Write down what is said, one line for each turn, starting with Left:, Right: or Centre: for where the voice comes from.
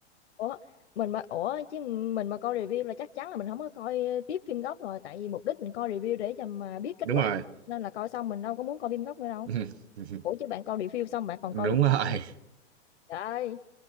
Left: ủa mình mà ủa chứ mình mà coi review là chắc chắn là mình không có coi tiếp phim gốc rồi tại vì mục đích mình coi review để cho mà biết kết
Right: đúng
Left: quả
Right: rồi
Left: mà. nên là coi xong mình đâu có muốn coi phim gốc nữa đâu
Right: <laughs>
Left: ủa chứ bạn coi review xong bạn còn
Right: đúng
Left: coi phim
Right: rồi
Left: gốc nữa hả? Trời ơi,